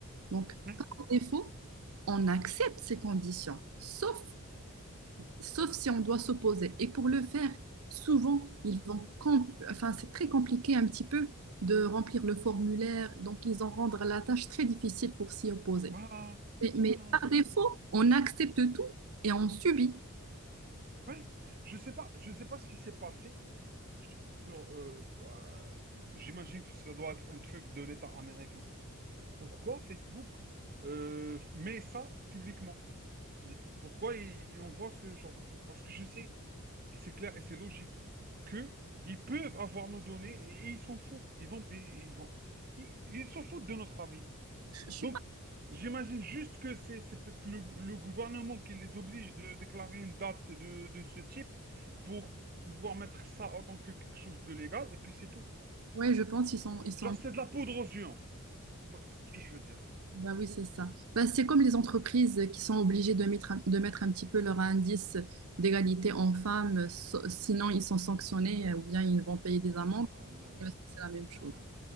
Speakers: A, on the right; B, on the right.
A: Donc,
B: Ouais,
A: par défaut, on accepte ces conditions, sauf sauf si on doit s'opposer. Et pour le faire, souvent, ils vont, com- enfin, c'est très compliqué un petit peu de remplir le formulaire, donc ils en rendent la tâche très difficile pour s'y opposer.
B: voilà,
A: Mais,
B: voilà.
A: mais par défaut, on accepte tout et on subit.
B: Ouais. Je sais pas, je sais pas ce qui s'est passé. sur, euh, euh, j'imagine que ça doit être un truc de l'État américain. Pourquoi Facebook euh, met ça publiquement? C'est- Pourquoi il, il envoie ce genre de truc? Parce que je sais. Et c'est clair et c'est logique que ils peuvent avoir nos données et, ils s'en foutent. Ils vont, ils, ils vont, ils, ils s'en foutent de notre avis.
A: Je, je suis
B: Donc,
A: pas.
B: j'imagine juste que c'est, c'est peut-être le, le gouvernement qui les oblige de déclarer une date de, de ce type pour pouvoir mettre ça en tant que quelque chose de légal et puis c'est tout.
A: Ouais, je pense qu'ils sont, ils sont.
B: Genre, c'est de la poudre aux yeux, en fait. Moi, c'est ce que je veux dire.
A: Bah oui, c'est ça. Bah, c'est comme les entreprises qui sont obligées de mettre, un- de mettre un petit peu leur indice d'égalité en femmes, so- sinon ils sont sanctionnés euh, ou bien ils vont payer des amendes.
B: Voilà,
A: Euh, C'est la même chose.
B: voilà.